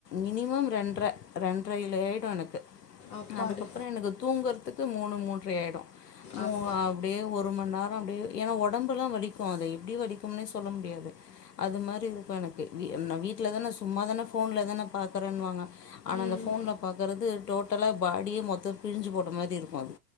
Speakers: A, on the left (about 85°); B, on the left (about 65°).
A: மினிமம் ரெண்ர ரெண்ர ஆயிடு எனக்கு.
B: அப்பாடு
A: அதுக்கப்புறோ எனக்கு தூங்கற த்துக்கு மூணு மூன்றையாய்டு மு
B: அப்பா
A: அப்டியே ஒரு மணி நேரோ அப்டியே ஏன்னா உடம்புல்லா வடலிக்கூ அத எப்படி வலிக்குன்னே சொல்ல முடியாது அது மாரி இருக்கூ எனக்கு நா வீட்ல தானே நான் சும்மா தானே ஃபோனல தானே பாக்குறன்னுவாங்க ஆனா
B: ம்
A: அந்த ஃபோனில பாக்கறது டோட்டலா பாடியே மொத்தமா பிஞ்சு போட்ட மாரி இருக்கும். அது